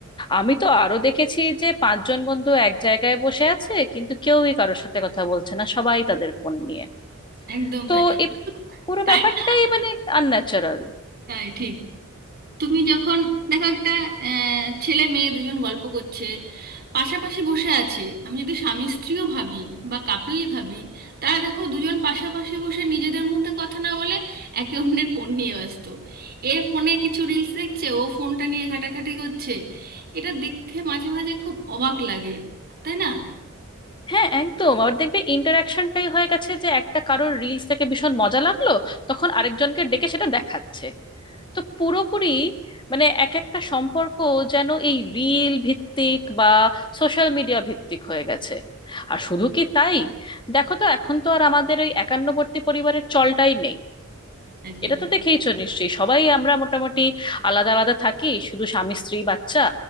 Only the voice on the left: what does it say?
আমি তো আরো দেখেছি যে পাঁচজন বন্ধু এক জায়গায় বসে আছে কিন্তু কেউই কারোর সাথে কথা বলছে না সবাই তাদের ফোন নিয়ে
তো
এই পুরো
ব্যাপারটাই
মানে আনন্যাচারাল
হ্যাঁ একদম আবার দেখবে ইন্টারাকশনটাই হয়ে গেছে যে একটা কারোর রিলস দেখে ভীষণ মজা লাগলো তখন আরেকজনকে ডেকে সেটা দেখাচ্ছে তো পুরোপুরি মানে এক একটা সম্পর্ক যেন এই রিল ভিত্তিক বা সোশ্যাল মিডিয়া ভিত্তিক হয়ে গেছে আর শুধু কি তাই দেখো তো এখন তো আর আমাদের ওই একান্নবর্তী পরিবারের চলটাই নেই
এটা তো দেখেইছো নিশ্চয়ই সবাই আমরা মোটামুটি আলাদা আলাদা থাকি শুধু স্বামী স্ত্রী বাচ্চা